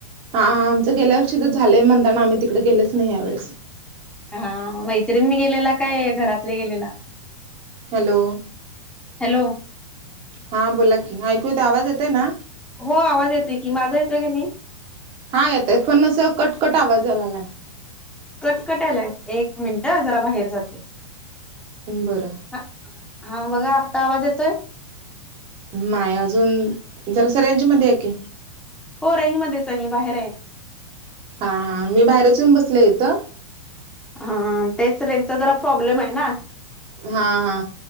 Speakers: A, on the right (about 30°); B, in the centre.
A: हाहा आमच गेल्यावर्षी झालंय म्हणताना आम्ही तिकड गेलेच नाही ह्यावेळी
B: हा मैत्रिणी नी गेलेला काय घरातले गेलेला.
A: हॅलो
B: हॅलो
A: हा बोला की ऐकू येत आवाज येते ना
B: हो आवाज येतोय की माझा येतोय की नाही.
A: हा येतय पण अस कटकट आवाज आलाला आहे.
B: कटकटायलाय एक मिनिट जरा बाहेर जाते.
A: बरं
B: ह हा बघा आत्ता आवाज येतोय.
A: नाही अजून जरास रेंज मध्ये ये की
B: हो रेंज मध्येच आहे मी बाहेर आहे.
A: हाहा मी बाहेरच येऊन बसले इथं
B: हाहा तेच रेंजचा जरा प्रॉब्लेम आहे ना
A: हाहा